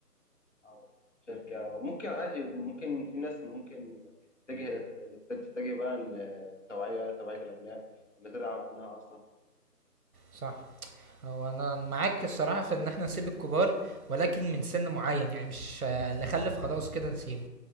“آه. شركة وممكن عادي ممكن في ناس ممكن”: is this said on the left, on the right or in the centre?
Left